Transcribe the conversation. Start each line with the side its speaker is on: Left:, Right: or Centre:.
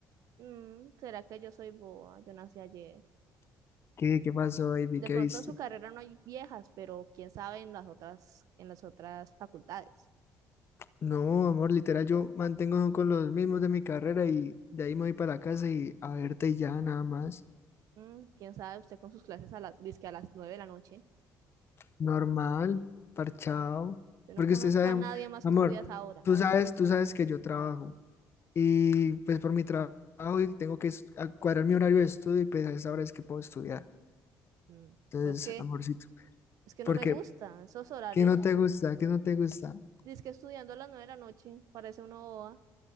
Right: Mm, ¿será que yo soy boa? Yo nací ayer.
Left: ¿Qué, qué pasó, baby?
Right: De
Left: ¿Qué
Right: pronto
Left: viste?
Right: en su carrera no hay viejas, pero quién sabe en las otras, en las otras facultades.
Left: No, amor, literal, yo mantengo con los mismos de mi carrera y de ahí me voy para la casa y a verte y ya, nada más.
Right: Mm, quién sabe usted con sus clases a las, dizque a las nueve de la noche.
Left: Normal, parchado.
Right: Yo
Left: Porque
Right: no conozco
Left: usted sabe,
Right: a
Left: am-
Right: nadie más
Left: amor,
Right: que estudia a esa hora.
Left: tú sabes, tú sabes que yo trabajo y pues por mi tra- trabajo y tengo que es- a- cuadrar mi horario de estudio y pues a esa hora es que puedo estudiar.
Right: Mm,
Left: Entonces,
Right: pues que
Left: amorcito,
Right: es que
Left: porque
Right: no me gusta esos horarios
Left: ¿qué no te gusta? ¿Qué no te gusta?
Right: Dice que estudiando a las nueve de la noche, parece una boba.